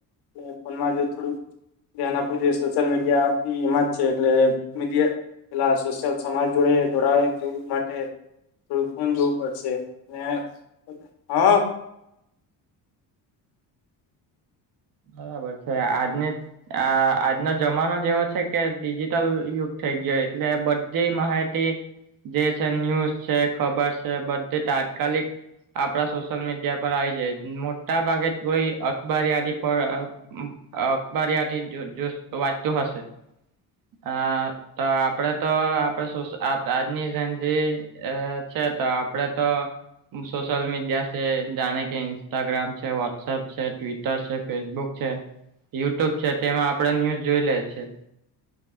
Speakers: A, on the left (about 80°); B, on the right (about 60°).
A: કે ફોનમાં જો થોડુંક ધ્યાન આપવુ જોઈએ સોશિયલ મીડિયા એમાં જ છે એટલે મીડિયા પેલા સોશલ સમાજ જોડે જોડવું માટે થોડું ફોન જોવું પડશે એ હ.
B: બરાબર છે આજને આ આજનો જમાનો જ એવો છે કે ડિજિટલ યુગ થઈ ગયો એટલે બધી માહિતી જે છે ન્યૂઝ છે ખબર છે બધી તાત્કાલિક આપડા સોશિયલ મીડિયા પર આયીજાય મોટા ભાગે જ કોઈ અખબાર યાદી પર અ અખબાર યાદી જો વાંચતું હશે હ તો આપડે તો આપડ સોસ આજની જેન ઝી એ છે તો આપડે તો સોશલ મીડિયા છે જાણે કે ઇન્સ્ટાગ્રામ છે વ્હોટસએપ છે ટ્વીટર છે. ફેસબુક છે યુટ્યુબ છે તેમાં આપડે ન્યુઝ જોઈ લે છે.